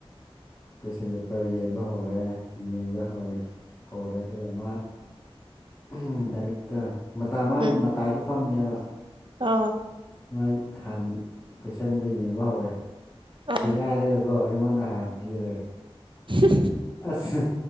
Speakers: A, on the left; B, on the right.
A: ꯀꯣꯏꯁꯟ ꯄꯦꯄꯔ ꯌꯦꯟꯕ ꯍꯧꯔꯦ ꯌꯦꯡꯕ ꯍꯧꯋꯦ ꯍꯧꯔꯦ ꯑꯗꯨꯒ ꯃꯥ <unintelligible> ꯃꯥꯗꯤ
B: ꯎꯝ
A: ꯃꯇꯥꯏꯗ ꯐꯝꯕꯅꯦꯕ
B: ꯑꯥ
A: ꯃꯣꯏ ꯍꯥꯟꯅꯩ ꯀꯣꯁꯦꯟꯗ ꯌꯦꯡꯕ ꯍꯧꯔꯦ
B: ꯑꯥ ꯑꯥ
A: ꯁꯦꯒꯥꯏꯔꯒꯀꯣ ꯑꯩꯉꯣꯟꯗ ꯍꯥꯟ ꯄꯤꯔꯦ
B: ꯁ
A: ꯑꯁ